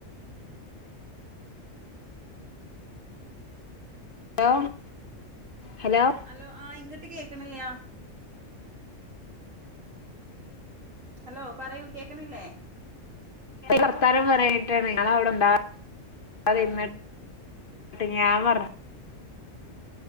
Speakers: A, on the left; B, on the right.
A: ഹലോ ഹലോ
B: ഹലോ ആഹ ഇങ്ങിട്ട് കേൾക്കണില്ലയാ ഹലോ പറയൂ കേൾക്കണില്ലേ
A: കർത്താരം പറയട്ടെ നിങ്ങളവിടെ <inaudible> <unintelligible> എന്നട്ട് ഞാൻ പറഞ്ഞ